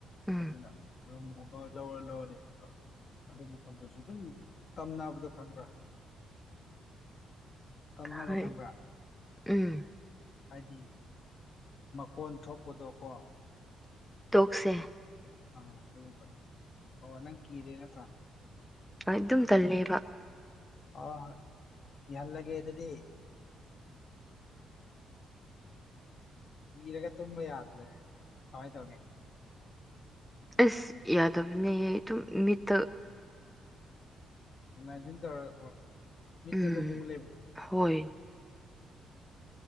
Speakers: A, in the centre; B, on the left.
A: ꯎꯝ
B: ꯑꯗꯨꯅ ꯖꯔ ꯅ ꯂꯩꯕꯗꯣ ꯑꯗꯨ ꯃꯐꯝꯗꯨꯁꯨ ꯑꯗꯨꯝ ꯇꯝꯅꯕꯗꯣ ꯈꯪꯕ꯭ꯔꯥ ꯇꯝꯅꯕ
A: ꯍ
B: ꯈꯪꯕ꯭ꯔꯥ
A: ꯎꯝ
B: ꯍꯥꯏꯗꯤ ꯃꯈꯣꯟ ꯊꯣꯛꯄꯗꯣꯀꯣ
A: ꯇꯣꯛꯁꯦ
B: ꯑ ꯑꯗꯨꯨꯝꯗ ꯑꯣꯅꯪ ꯀꯤꯔꯅ ꯊ
A: ꯑꯗꯨ ꯑꯗꯨꯝ ꯇꯜꯂꯤꯦꯕ
B: ꯑ ꯀ ꯍꯜ ꯂꯒꯦ ꯑꯗꯨꯗꯤ ꯀꯤꯔꯒ ꯇꯨꯝꯕ ꯌꯥꯗ꯭ꯔꯦ ꯑꯗꯨꯪ ꯀꯃꯥꯏꯅ ꯇꯧꯅꯤ
A: ꯑꯁ ꯌꯥꯗꯕꯅꯤ ꯑꯗꯨ ꯃꯤꯠꯇ
B: ꯏꯃꯖꯤꯤꯟ ꯇꯧꯔ ꯃꯤꯠꯇ
A: ꯎꯝ
B: ꯑꯗꯨꯝ ꯎ ꯂꯩꯕꯗꯣ
A: ꯍꯣꯏ